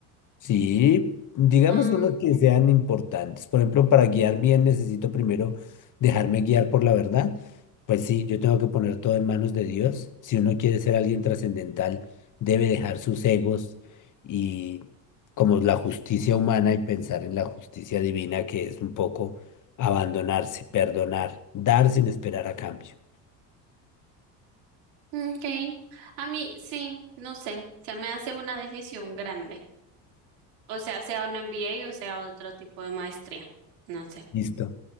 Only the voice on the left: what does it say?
Sí, digamos
unos que sean importantes. Por ejemplo, para guiar bien necesito primero dejarme guiar por la verdad. Pues sí, yo tengo que poner todo en manos de Dios. Si uno quiere ser alguien trascendental, debe dejar sus egos y como la justicia humana y pensar en la justicia divina, que es un poco abandonarse, perdonar, dar sin esperar a cambio.
Listo.